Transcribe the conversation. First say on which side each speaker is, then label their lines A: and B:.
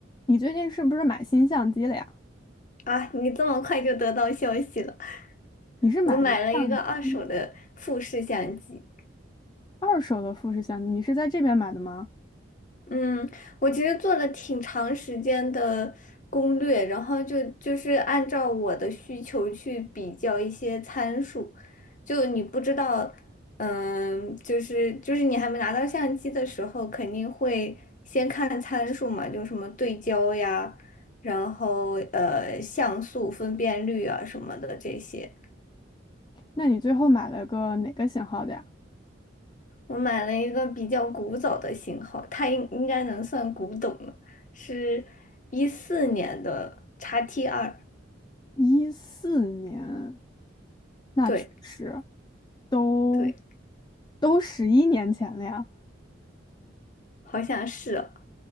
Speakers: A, on the left; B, on the left.
A: 你最近是不是买新相机了呀？
B: 啊，你这么快就得到消息了？
A: 你是买的相机
B: 我买了一个二手的富士相机，
A: 二手的富士相机，你是在这边买的吗？
B: 嗯，我其实做了挺长时间的攻略，然后就就是按照我的需求去比较一些参数，就你不知道，嗯，就是就是你还没拿到相机的时候，肯定会先看参数嘛，就什么对焦呀，然后呃像素、分辨率啊什么的这些。
A: 那你最后买了个哪个型号的呀？
B: 我买了一个比较古早的型号，它应应该能算古董了，是一四年的 XT 二，
A: 一四年，那确实
B: 对
A: 都
B: 对，
A: 都十一年前了呀。
B: 好像是哦